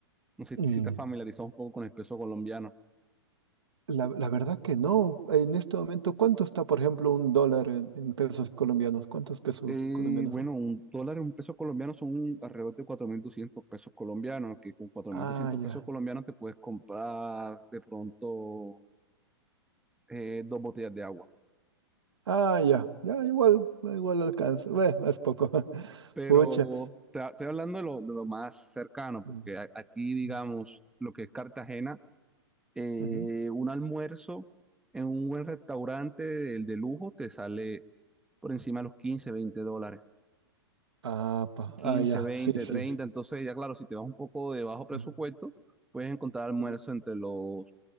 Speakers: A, in the centre; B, on the right (about 80°).
A: No sé
B: mm.
A: si te has familiarizado un poco con el peso colombiano.
B: La, la verdad que no. En este momento, ¿cuánto está, por ejemplo, un dólar en, en pesos colombianos? ¿Cuántos pesos
A: Eh,
B: colombianos
A: bueno,
B: son?
A: un dólar, un peso colombiano son un- alrededor de 4.200 pesos colombianos, que con cuatro
B: Ah,
A: mil doscientos
B: ya.
A: pesos colombianos te puedes comprar de pronto eh, dos botellas de agua.
B: Ah, ya. Ya, igual, igual alcanza. Bueno, es poco. <laughs>
A: Pero
B: Pucha.
A: te, estoy hablando de lo, de lo más cercano, porque
B: Mm,
A: a- aquí, digamos,
B: mm,
A: lo que es Cartagena, eh,
B: ujú.
A: un almuerzo en un buen restaurante de, de lujo te sale por encima de los 15 20 dólares.
B: Ah, pa.
A: quince,
B: Ah, ya.
A: 20,
B: Sí, sí.
A: 30. Entonces, ya claro, si te vas un poco de bajo presupuesto,
B: Mm,
A: puedes encontrar almuerzo
B: ujú.
A: entre los